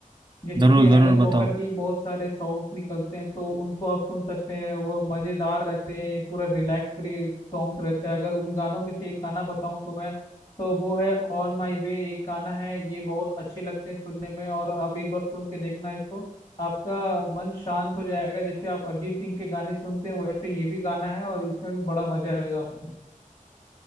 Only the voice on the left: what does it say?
जैसे
कि
एलन वॉकर
के ही बहुत सारे सॉन्ग्स निकलते हैं तो उनको आप सुन सकते हैं वो मजेदार रहते हैं पूरा रिलैक्स फ्री सॉन्ग्स रहते हैं अगर उन गानों में से एक गाना बताऊं तो मैं तो वो है ऑन माई वे एक गाना है ये बहुत अच्छे लगते हैं सुनने में और आप एक बार सुन के देखना इसको आपका मन शांत हो जाएगा जैसे आप अरिजीत सिंह के गाने सुनते हैं वैसे ये भी गाना है और इसमें भी बड़ा मजा आएगा आपको